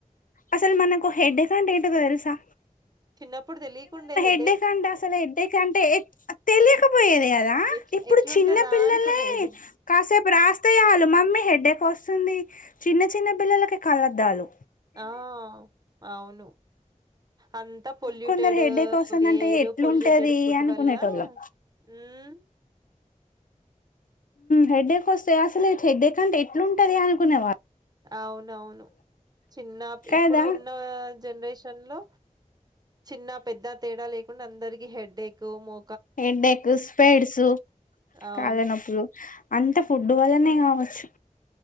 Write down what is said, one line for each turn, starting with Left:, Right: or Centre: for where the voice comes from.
Left: అసలు మనకు హెడ్డేక్ ఎన్ అంటే ఏంటో తెల్సా
Right: చిన్నప్పుడు తెలికుండే హెడ్
Left: ఎడంటే అసలు ఎడ్డెక్ అంటే తెలియకపోయేది కదా
Right: ఎట్
Left: ఇప్పుడు
Right: ఎట్లుంటదా
Left: చిన్న పిల్లలకే
Right: అనుకునేది
Left: కాసేపు రాస్తే వాళ మమ్మీ హెడ్డ వస్తుంది చిన్న చిన్న పిల్లలకి కలద్దాలు
Right: ఆ అవును అంతా పొల్యూటెడ్
Left: కొందరు హెడ్డేక్ వస్తుందంటే
Right: ఎయిరు
Left: ఎట్లుంటది
Right: పొల్యూటెడ్ ఫుడ్
Left: అనుకునేటోళ్ళం
Right: వల్ల ఉమ్
Left: హెడ్డేక్ వస్తే అసలు హెడ్డేక్ అంటే ఎట్లుంటుంది అనుకునేవాల్
Right: ఔన్ ఔను చిన్నాప్
Left: కదా
Right: ఇప్పుడు ఉన్న జన్రేషన్ లో చిన్న పెద్ద తేడా లే. ఉన్నందరికీ హెడ్డేకు మో.
Left: హెడ్డేకు స్పెడ్సు
Right: అవును
Left: కాళ్ళనొప్పుళ్లు అంత ఫుడ్డ్ వల్లనే గావచ్చు